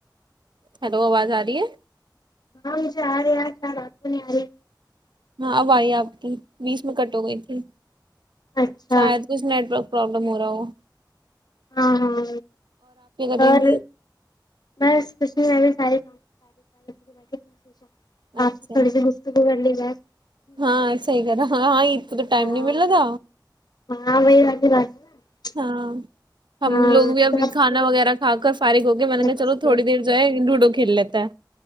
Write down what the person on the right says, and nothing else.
ہیلو آواز آ رہی ہے
ہاں آبائی آپ کی بیس میں کٹ ہو گئی تھی
شاید کچھ نیٹک پرابلم ہو رہا ہو وہ
کر رہی
تھی
اچھا
ہاں صحی کر رہا ہ ہاں ا کو تو ٹائم
نہیں ملتا
ہاں ہم
لوگ بھی اب
کھانا وغیرہ کھا کر فارغ ہو کے میں نے
کہا چلو تھوڑی دیر جو ہے لوڈو کی ک لی تھا